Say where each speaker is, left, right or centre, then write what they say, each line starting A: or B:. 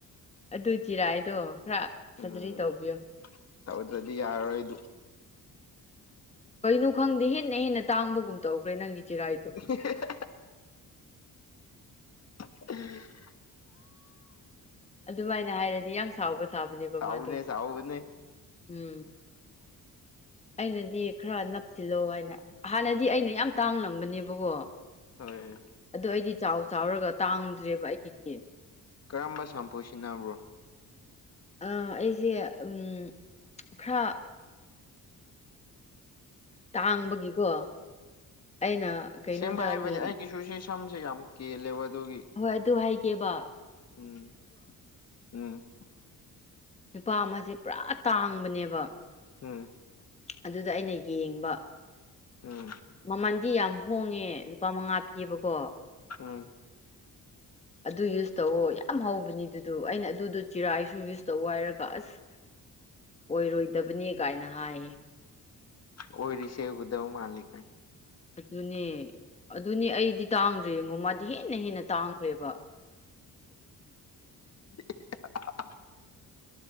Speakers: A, on the left; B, on the left.
A: ꯑꯗꯨ ꯆꯤꯔꯥꯥꯏꯗꯣ ꯈꯔ
B: ꯎꯝ
A: ꯁꯔꯖꯔꯤ ꯇꯧꯕꯤꯌꯣ
B: ꯇꯧꯗ꯭ꯔꯗꯤ ꯌꯥꯔꯔꯣꯏ ꯑꯗꯨ
A: ꯀꯩꯅꯣ ꯈꯪꯗꯦ ꯍꯦꯟꯅ ꯍꯦꯟꯅ ꯇꯥꯡꯕꯒꯨꯝ ꯇꯧꯈ꯭ꯔꯦ ꯅꯪꯒꯤ ꯆꯤꯔꯥꯏꯗꯣ
B: <unintelligible> ꯎꯝ <unintelligible>
A: ꯑꯗꯨꯃꯥꯏꯅ ꯍꯥꯏꯔꯗꯤ ꯌꯥꯝ ꯁꯥꯎꯕ ꯁꯥꯕꯅꯦꯕ
B: ꯁꯥꯎꯕꯅꯦ
A: ꯃꯥꯗꯣ
B: ꯁꯥꯎꯕꯅꯦ
A: ꯎꯝ ꯑꯩꯅꯗꯤ ꯈꯔ ꯅꯞꯁꯤꯜꯂꯣ ꯍꯥꯏꯅ ꯍꯥꯟꯅꯗꯤ ꯑꯩꯅ ꯌꯥꯝ ꯇꯥꯡꯂꯝꯕꯅꯦꯕꯀꯣ
B: ꯍꯣꯏ
A: ꯑꯗꯨ ꯑꯩꯗꯤ ꯆꯥꯎ ꯆꯥꯎꯔꯒ ꯇꯥꯡꯗ꯭ꯔꯦꯕ ꯑꯩꯒꯤꯗꯤ
B: ꯀꯔꯝꯕ ꯁꯝꯄꯨ ꯁꯤꯖꯤꯟꯅꯕ꯭ꯔꯣ
A: ꯑꯥ ꯑꯩꯁꯦ ꯎꯝ ꯈꯔ ꯇꯥꯡꯕꯒꯤꯀꯣ ꯑꯩꯅ ꯀꯩꯅꯣꯗ
B: ꯑꯦꯡꯕ ꯍꯥꯏꯕꯅꯦ
A: ꯌꯦꯡ
B: ꯑꯩꯒꯤꯁꯨ ꯁꯤ ꯁꯝꯁꯦ ꯌꯥꯝ ꯀꯦꯜꯂꯦꯕ ꯑꯗꯨꯒꯤ
A: ꯍꯣꯏ ꯑꯗꯨ ꯍꯥꯏꯒꯦꯕ
B: ꯎꯝ ꯎꯝ
A: ꯅꯨꯄꯥ ꯑꯃꯁꯦ ꯄꯨꯔꯥ ꯇꯥꯡꯕꯅꯦꯕ
B: ꯎꯝ
A: ꯑꯗꯨꯗ ꯑꯩꯅ ꯌꯦꯡꯕ
B: ꯎꯝ
A: ꯃꯃꯟꯗꯤ ꯌꯥꯝ ꯍꯣꯡꯉꯦ ꯂꯨꯄꯥ ꯃꯉꯥ ꯄꯤꯕꯀꯣ
B: ꯎꯝ
A: ꯑꯗꯨ ꯌꯨꯁ ꯇꯧꯋꯣ ꯌꯥꯝ ꯍꯥꯎꯕꯅꯤ ꯑꯗꯨꯗꯨ ꯑꯩꯅ ꯑꯗꯨꯗꯣ ꯆꯤꯔꯥꯏꯁꯨ ꯌꯨꯁ ꯇꯧ ꯍꯥꯏꯔꯒ ꯑꯁ ꯑꯣꯏꯔꯣꯏꯗꯕꯅꯤ ꯀꯥꯏꯅ ꯍꯥꯏꯌꯦ
B: ꯑꯣꯏꯔꯤꯁꯦꯒꯗꯧ ꯃꯥꯜꯂꯤ ꯀꯥꯏ
A: ꯑꯗꯨꯅꯦ ꯑꯗꯨꯅꯦ ꯑꯩꯗꯤ ꯇꯥꯡꯗ꯭ꯔꯦ ꯌꯦꯉꯣ ꯃꯥꯗꯤ ꯍꯦꯟꯅ ꯍꯦꯟꯅ ꯇꯥꯪꯈꯔ꯭ꯦꯕꯥ
B: <unintelligible>